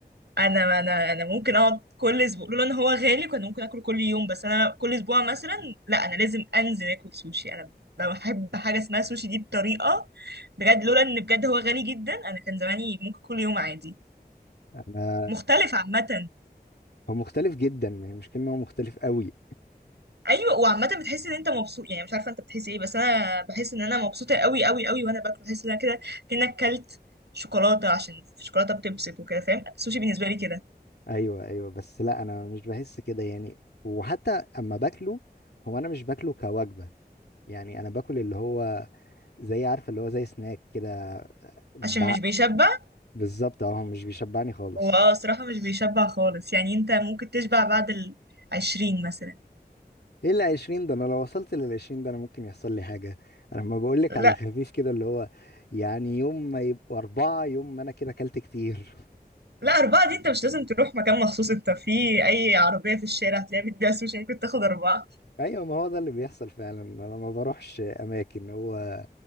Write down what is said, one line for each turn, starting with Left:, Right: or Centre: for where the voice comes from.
Right: انا انا انا ممكن اقعد كل اسبوع لولا ان هو غالي كان ممكن اكله كل يوم بس انا كل اسبوع مثلا لا انا لازم انزل اكل سوشي انا بحب حاجه اسمها سوشي دي بطريقه بجد لولا ان بجد هو غالي جدا انا كان زماني ممكن كل يوم عادي
Left: انا
Right: مختلف عامه
Left: هو مختلف جدا ما هي المشكله ان هو مختلف قوي
Right: ايوه وعامه بتحس ان انت مبسوط يعني مش عارفه انت بتحس ايه بس انا بحس ان انا مبسوطه قوي قوي قوي وانا باكل بحس ان انا كده كانك كلت شوكولاته عشان الشوكولاته بتبسط وكده فاهم السوشي بالنسبه لي كده
Left: ايوه ايوه بس لا انا مش بحس كده يعني وحتى اما باكله هو انا مش باكله كوجبه يعني انا باكل اللي هو زي عارفه اللي هو زي سناك كده بع-
Right: عشان مش بيشبع
Left: بالظبط اهو مش بيشبعني خالص
Right: هو اه الصراحة مش بيشبع خالص يعني انت ممكن تشبع بعد العشرين مثلا
Left: ايه ال 20 ده انا لو وصلت لل 20 ده انا ممكن يحصل لي حاجه انا لما بقول لك
Right: لا
Left: على خفيف كده اللي هو يعني يوم ما يبقوا اربعه يوم ما انا كده اكلت كتير
Right: لا أربعة دي انت مش لازم تروح مكان مخصوص انت في أي عربية في الشارع هتلاقيها بتبيع سوشي ممكن تاخد أربعة
Left: <laughs> ايوه ما هو ده اللي بيحصل فعلا انا ما بروحش اماكن هو